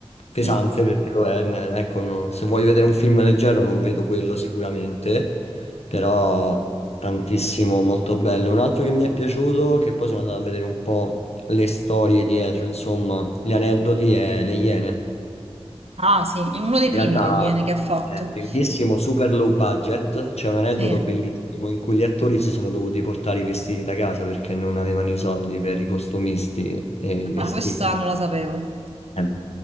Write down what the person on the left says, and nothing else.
Pesante
perché lo è. n- Ecco, non- se voglio vedere un film leggero non vedo quello sicuramente, però tantissimo, molto bello. Un altro che mi è piaciuto, che poi sono andato a vedere un po' le storie dietro, insomma, gli aneddoti è Le Iene.
In realtà
è bellissimo, super low budget. C'è un aneddoto
bellissimo in cui gli attori si sono dovuti portare i vestiti da casa perché non avevano i soldi per i costumisti e i vestiti.
Eh,